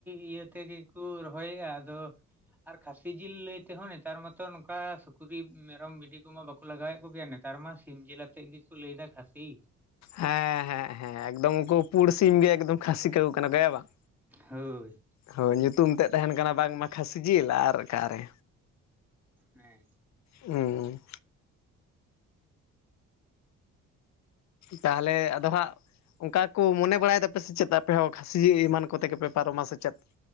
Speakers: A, in the centre; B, on the left (about 65°).
A: ᱤᱭᱟᱹ ᱛᱮᱜᱮ ᱠᱚ ᱨᱚᱦᱚᱭᱮᱫᱼᱟ ᱟᱫᱚ ᱟᱨ ᱠᱷᱟᱹᱥᱤ ᱡᱤᱞ ᱞᱟᱹᱭ ᱛᱮᱦᱚᱸ ᱱᱮᱛᱟᱨ ᱢᱟᱛᱚ ᱱᱚᱝᱠᱟ ᱥᱩᱠᱨᱤ ᱢᱮᱨᱚᱢ ᱵᱷᱤᱰᱤ ᱠᱚᱢᱟ ᱵᱟᱠᱚ ᱠᱚ ᱞᱟᱜᱟᱣᱮᱫ ᱠᱚᱜᱮᱭᱟ ᱱᱮᱛᱟᱨ ᱢᱟ ᱥᱤᱢ ᱡᱤᱞ ᱟᱛᱮᱫ ᱜᱮᱠᱚ ᱞᱟᱹᱭ ᱮᱫᱟ ᱠᱷᱟᱹᱥᱤ᱾
B: ᱦᱮᱸ ᱦᱮᱸ ᱦᱮᱸ ᱮᱠᱫᱚᱢ ᱩᱱᱠᱩ ᱯᱩᱲ ᱥᱤᱢ ᱜᱮ ᱮᱠᱫᱚᱢ ᱠᱷᱟᱹᱥᱤ ᱠᱟᱣ ᱠᱟᱱᱟ ᱦᱮ ᱵᱟᱝ
A: ᱦᱳᱭ
B: ᱦᱳᱭ ᱧᱩᱛᱩᱢ ᱛᱮᱫ ᱛᱟᱦᱮᱱ ᱠᱟᱱᱟ ᱵᱟᱝ ᱢᱟ ᱠᱷᱟᱥᱤ ᱡᱤᱞ ᱟᱨ ᱚᱠᱟᱨᱮ
A: ᱦᱮ
B: ᱦᱩᱸ ᱛᱟᱦᱚᱞᱮ ᱟᱫᱚ ᱦᱟᱸᱜ ᱚᱱᱠᱟ ᱠᱚ ᱢᱚᱱᱮ ᱵᱟᱲᱟᱭ ᱫᱟᱯᱮ ᱥᱮ ᱪᱮᱫ ᱟᱯᱮ ᱦᱚᱸ ᱠᱷᱟᱹᱥᱤ ᱮᱢᱟᱱ ᱠᱚᱛᱮ ᱜᱮᱯᱮ ᱯᱟᱨᱚᱢᱟ ᱥᱮ ᱪᱮᱫ?